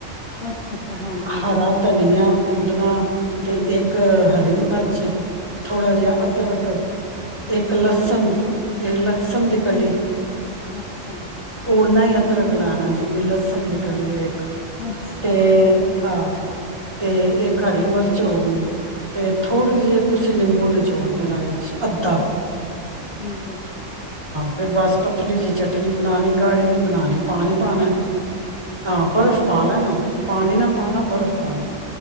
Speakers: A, on the left; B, on the right.
A: ਅੱਛਾ ਅੱਛਾ ਹਾਂਜੀ
B: ਹਰਾ
A: ਹਾਂਜੀ
B: ਧਨੀਆ, <unintelligible>
A: ਹਮ
B: ਤੇ ਇੱਕ ਹਰੀ ਅੱਛਾ ਥੋੜਾ ਜਿਹਾ
A: ਅੱਛਾ,
B: ਅਦਰਕ ਇੱਕ ਲਸਣ
A: ਅੱਛਾ,
B: ਇਹ ਲਕਸਣ ਦੀ ਕਲੀ
A: ਅੱਛਾ,
B: ਓਨਾ ਹੀ <unintelligible> ਅਦਰਕ ਲਾਣਾ ਜਿੰਨੇ ਲਸਣ ਨਿਕਲ ਗਿਆ ਇੱਕ
A: ਅੱਛਾ
B: ਤੇ ਆਹ ਤੇ ਇਕ ਹਰੀ ਮਿਰਚ ਹੋ ਗੀ ਤੇ ਥੋੜੀ
A: ਠੀਕ
B: ਜਿਹੀ ਤੁਸੀਂ ਨਿੰਬੂ ਨ ਚੋੜ ਦੇਣਾ ਵਿਚਅੱਧਾ
A: ਠੀਕ ਐ
B: ਫੇਰ ਬਸ ਪਤਲੀ ਜਿਹੀ ਚਟਨੀ ਬਣਾਣੀ ਗਾੜੀ ਨੀ ਬਣਾਣੀ ਪਾਣੀ ਪਾਣਾ
A: ਹੂੰ,
B: ਐ ਬਰਫ਼ ਪਾ ਲੈਨਾ ਪਾਣੀ ਨਾ ਪਾਣਾ ਬਰਫ਼ ਪਾਨਾ